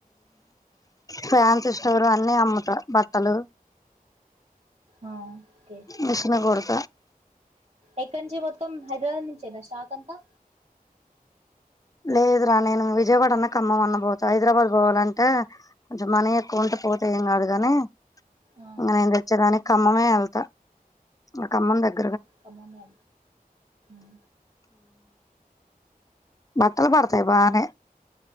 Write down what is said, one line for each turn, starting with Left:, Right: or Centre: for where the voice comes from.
Left: ఫాన్సీ స్స్టోర్ అన్ని అమ్ముతా బట్టలు
Right: ఆ ఓకే
Left: మిషన్ కోడెత్
Right: ఎక్కడ నుంచి మొత్తం హైదరాబాద్ నుంచి నా షాక్ అంతా
Left: లేదురా నేను విజయవాడ అన్న ఖమ్మం అన్న పోతా, హైదరాబాద్ పోవాలంటే కొంచెం మనీ ఎక్కువ ఉంటే పోతా ఏం కాదుగాని,
Right: ఆ
Left: ఇంక నేను తెచ్చేదానికి ఖమ్మమే వెళ్తా ఇక ఖమ్మం దగ్గర
Right: కమ్మమే మ్
Left: బట్టలు పడతాయి బానే